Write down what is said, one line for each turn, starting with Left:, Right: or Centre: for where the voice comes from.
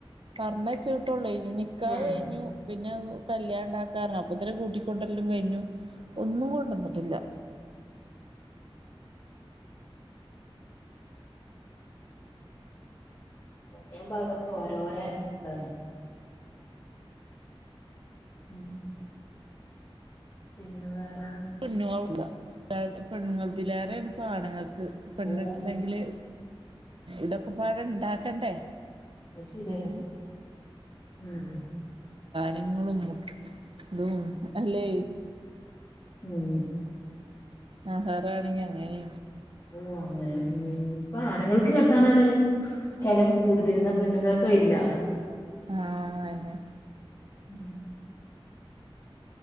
Right: പറഞ്ഞ വെച്ചെട്ടുള്ളേ നിക്കാഹ്
Left: ആഹ്
Right: കഴിഞ്ഞു പിന്നെ കല്യാണം ഇണ്ടാക്കാര അപ്പ തന്നെ കൂട്ടിക്കൊണ്ടല്ലും കഴിഞ്ഞു ഒന്നും കൊണ്ടുവന്നിട്ടില്ല
Left: ഓരോ ഭാഗത്തുന്ന് ഓരോരോ ഇതാണ് ഉം പിന്നെ വേറെ
Right: <unintelligible> പെണ്ണുങ്ങതിലേറൊണ് ഇപ്പം ആണുങ്ങൾക്ക് പെണ്ണിട്ടണണ്ടെങ്കില്
Left: ഓ
Right: ഇതൊക്കെ പാട ഇണ്ടാക്കണ്ടേ
Left: അത് ശരിയാണ്
Right: ഏഹ്
Left: ഉം
Right: നിങ്ങളും ഇതും അല്ലെ
Left: ഉം
Right: മെഹറാണെങ്കി അങ്ങനെ
Left: ഓ അങ്ങനെ ഇപ്പൊ ആണുങ്ങൾക്ക് കെട്ടാനാണ് ചെലവ് കൂടുതല് എന്നാ പെണ്ണുങ്ങൾ ക്കയില്ല
Right: ആഹ് അല്ലേ
Left: ഉം